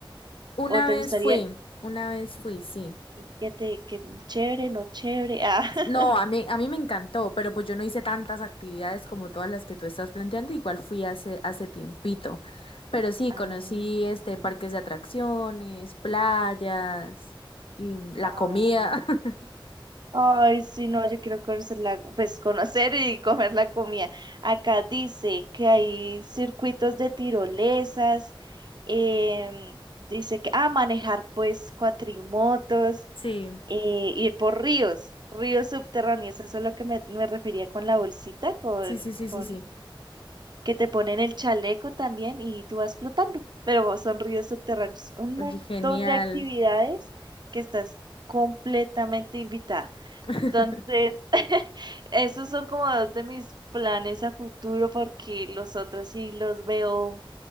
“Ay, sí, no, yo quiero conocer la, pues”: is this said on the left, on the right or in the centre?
Right